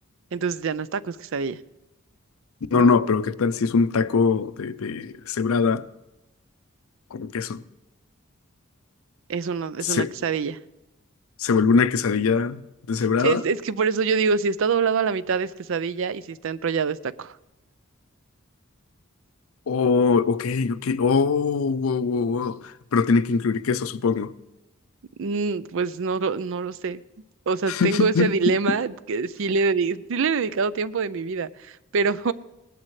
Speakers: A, on the right (about 65°); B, on the left (about 80°).
A: Entonces ya no es taco, es quesadilla. ¿no?
B: No, no, pero qué tal si es un taco de, de cebrada con queso.
A: Es una, es
B: Se,
A: una quesadilla.
B: se vuelve una quesadilla deshebrada.
A: Sí, es, es que por eso yo digo, si está doblado a la mitad es quesadilla y si está enrollado es taco.
B: Oh, ok, ok. Oh, wow, wow, wow. Pero tiene que incluir queso, supongo.
A: Mm, pues no, lo- no lo sé. O sea,
B: <laughs>
A: tengo ese dilema que sí le, dedi- sí le he dedicado tiempo de mi vida, pero,